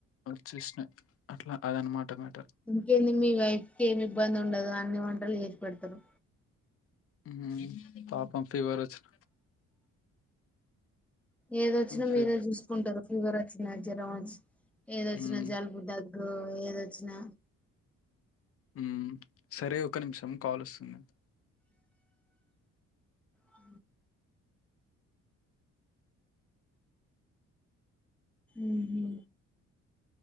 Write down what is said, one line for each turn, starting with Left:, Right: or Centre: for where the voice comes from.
Left: వచ్చేసినాయి అట్లా అదనమాట మారీ
Centre: ఇంకేంది మీ వైఫ్కి ఏమి ఇబ్బంది ఉండదు అన్ని వంటలు చేసి పెడతారు
Left: ఉహ్ పాపం ఫీవర్ ఒచ్చిన
Centre: ఏదొచ్చినా
Left: ఫీ
Centre: మీరే చూసుకుంటారు ఫీవర్ ఆ వచ్చనా జ్వరం వచ్చనా ఏదొచ్చినా
Left: ఉమ్
Centre: జలుబు దగ్గు ఏదొచ్చినా
Left: ఉ సరే ఒక నిమిషం కాల్ వస్తుంది
Centre: అ ఉహు